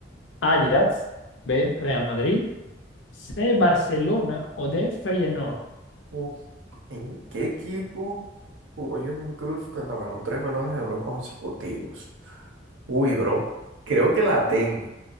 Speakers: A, on the left; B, on the right.
A: Ajax. B. Real Madrid. C. Barcelona o D. Feyenoord.
B: Uf, ¿en qué equipo jugó Jordan Cruz cuando ganó tres balones de oro consecutivos? Uy, bro, creo que la tengo,